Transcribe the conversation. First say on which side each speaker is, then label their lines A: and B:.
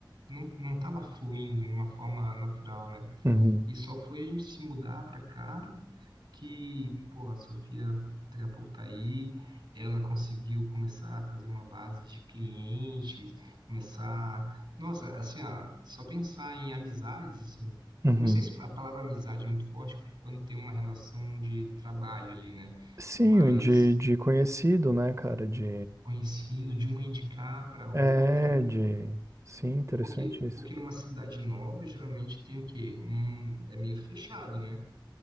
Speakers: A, on the right; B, on the right.
A: não, não tava fluindo de uma forma natural, né?
B: Uhum.
A: E só foi a gente se mudar pra cá que, pô, a Sofia daqui a pouco tá aí, ela conseguiu começar a fazer uma base de clientes, começar, nossa, assim, ó, só pensar em amizades, assim,
B: Uhum.
A: não sei se a palavra amizade é muito forte quando tem uma relação de trabalho ali, né?
B: Sim,
A: Mas
B: de, de conhecido, né, cara? De.
A: conhecido de uma indicar para outra
B: É, de. Sim, interessante
A: Porque,
B: isso.
A: porque numa cidade nova, geralmente tem o quê? Um, é meio fechado, né?